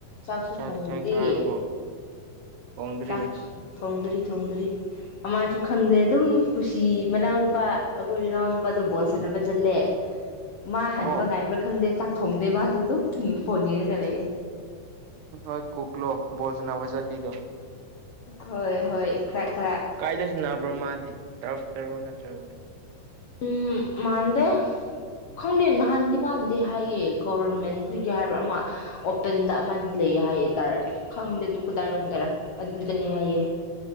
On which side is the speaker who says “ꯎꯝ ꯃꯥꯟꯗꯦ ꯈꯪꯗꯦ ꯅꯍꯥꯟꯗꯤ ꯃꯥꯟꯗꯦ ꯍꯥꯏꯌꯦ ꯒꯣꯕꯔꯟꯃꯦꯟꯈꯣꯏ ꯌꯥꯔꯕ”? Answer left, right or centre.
Left